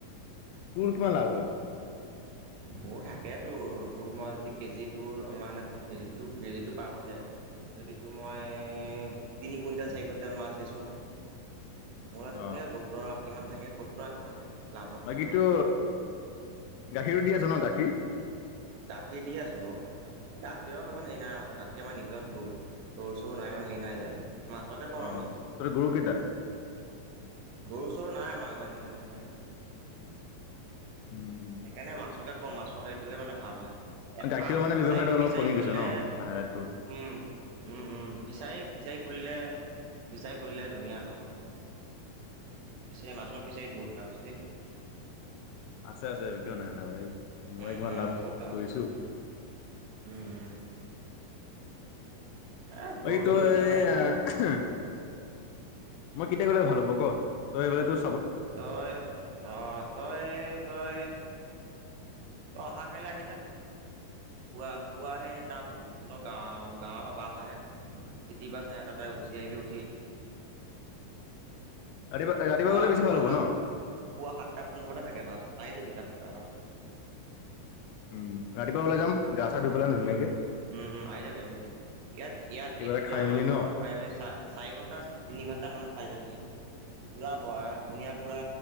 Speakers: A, on the left (about 85°); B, on the right (about 80°).
A: তোৰ কিমান লাভ হয়
B: মোৰ থাকে তোৰ তোৰ মই কেজি ত মানে তোৰ কেজি কেজিটো পাৰ হৈ যায় যদি তো মই তিনি কুইণ্টেল চাৰি কুইণ্টেল মাছ বেছো। নহ'লে থাকে
A: অ
B: সত্তৰ আৰু আশী মান থাকে সত্তৰ আশী মান থাকে। লাভত
A: বাকীতো
B: থাকে আৰু
A: গাখীৰো দি আছ ন গাখীৰ।
B: গাখীৰ দি আছোঁ বাৰু। গাখীৰৰ ইমান হেৰি নাই আমাৰ গাখীৰ আমাৰ নিজৰ গৰু গৰু চৰু নাই মানে হেৰি নাই যে। মাছকে কওঁ
A: অ
B: আমি
A: তহতৰ গৰুকেইটা।
B: গৰু চৰু নাই আমাৰ ইমান ইমান নাই।
A: উম
B: সেইকাৰণে মাছকে কওঁ মাছৰ সেইটোতে মানে ভাল হয়। এই
A: গাখীৰৰ
B: ফাৰ্ম
A: মানে
B: ফিচাৰী
A: ব্যৱসায়টো অলপ
B: ফিচাৰী
A: কমি
B: খুলিলে
A: গৈছে ন লাহে লাহে তোৰ
B: উম উম উম ফিচাৰী ফিচাৰী খুলিলে ফিচাৰী খুলিলে ধুনীয়া লাভ আৰু। পিছে মাছৰ ফিছাৰিত বহুত লাভ আছে দেই।
A: আছে আছে কিয় নাই বাৰু মই
B: উম
A: কিমান
B: উম
A: লাভ
B: বহুত আছে
A: কৰিছোঁ।
B: বহুত লাভ আছে উম উম। এ
A: অ
B: গৰু
A: এইটো
B: চৰু এতিয়া
A: এ
B: মানে ইমান
A: আ হে মই কেতিয়া গ'লে ভাল হ'ব ক তই গ'লে তোৰ
B: তই আহ তই তই অহা কাইলৈ আহি যা। পুৱা পুৱা সেই তাৰ গাৱ গাঁৱৰ পৰা বাছ আহে। চিটি বাছ আহ তাতে গুচি আহিবি উঠি।
A: <unintelligible> ৰাতিপুৱা ৰাতিপুৱা
B: পুৱা
A: গ'লে বেছি ভাল।
B: পুৱা
A: হ'ব
B: সাত
A: ন
B: পুৱা সাতটা পোন্ধৰতে থাকে বাছ আহি যাবি তাৰ পৰা।
A: উম ৰাতিপুৱা ওলাই যাম।
B: সাত
A: গা
B: টা পোন্ধৰত
A: চা ধুই পেলাই
B: থাকে
A: ধুনীয়াকে
B: উম উম উম আহি যাবি আহি যাবি ইয়াত ইয়াত
A: কিবা
B: এই
A: এটা খাই
B: আমাৰ
A: মেলি
B: ঘৰৰ
A: ন
B: পাইভে চা চাৰি ঘন্টা তিনি ঘন্টা মানত পাই যাবিহি পুৰা বৰা ধুনীয়া পুৰা